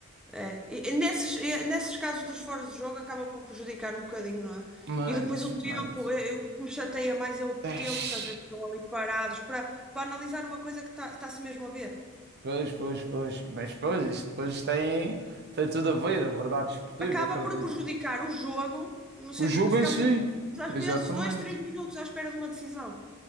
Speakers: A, in the centre; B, on the right.
A: É. E, e nesses, e nesses casos dos fora de jogo acaba por prejudicar um bocadinho, não é?
B: Mas,
A: E depois o tempo,
B: mas,
A: é- é- o que me chateia mais é o
B: eish,
A: tempo que às vezes estão ali parados para, para analisar uma coisa que está, está-se mesmo a ver.
B: pois, pois, pois, mas pois, isso depois tem, tem tudo a ver, a verdade esportiva,
A: Acaba
B: acredito.
A: por prejudicar o jogo, no sentido
B: O jogo
A: que ficamos
B: em si,
A: ali às
B: exatamente.
A: vezes dois, três minutos à espera de uma decisão.